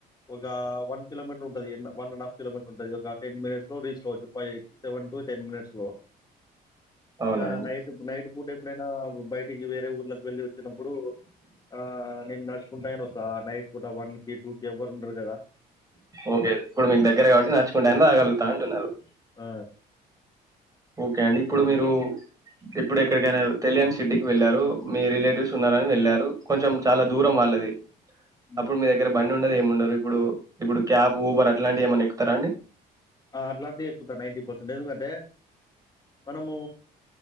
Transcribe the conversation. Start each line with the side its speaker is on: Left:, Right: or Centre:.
Left: ఒక వన్ కిలోమీటర్ ఉంటది వన్ అండ్ హాఫ్ కిలోమీటర్ ఉంటది ఒక టెన్ మినిట్స్ లో రీచ్ కావచ్చు five seven to ten minutes లో
Right: అవునా
Left: ఇక
Right: అండి
Left: నైట్ నైట్ పూట ఎప్పుడైనా బయట కి వేరే ఊర్ళకి వెళ్ళలి వచ్చినప్పుడు ఆ నేను నడుచుకుంటాను వసా నైట్ కూడా వన్ కి టూ కి ఎవ్వరు ఉన్నారు కదా
Right: ఓకే ఇప్పుడు మీకు దగ్గర కాబట్టి నచ్చుకుంటే ఆయ రాగలుగుతా ఉంటున్నారు
Left: ఆ
Right: ఓకే అండి ఇప్పుడు మీరు ఇప్పుడు ఎక్కడికైనా తెలియని సిటీకి వెళ్ళారు మీ రిలేటివ్స్ ఉన్నారని వెళ్ళారు కొంచెం చాలా దూరం వాళ్ళది
Left: హ్మ్.
Right: అప్పుడు మీ దగ్గర బండి ఉండదు ఏమ్ ఉండరు ఇప్పుడు ఇప్పుడు క్యాబ్ ఊబర్ అట్లాంటివి ఏమన్నా ఎక్కుతారా అండి
Left: ఆ అట్లాంటి ఎక్కుతా నైన్ంటీ పర్సెంట్ ఎందుకంటే మనము